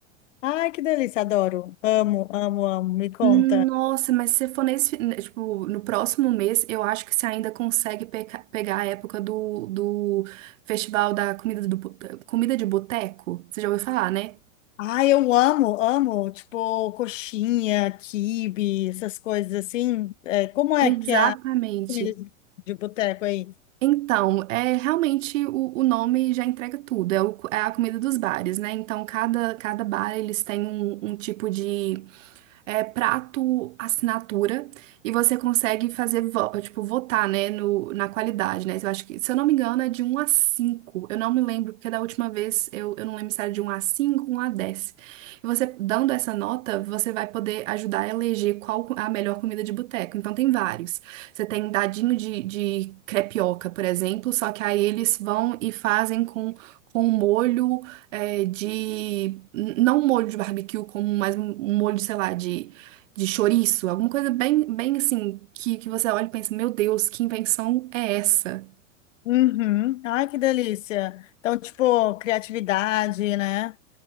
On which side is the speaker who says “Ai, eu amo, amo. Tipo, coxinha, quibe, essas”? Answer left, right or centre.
Left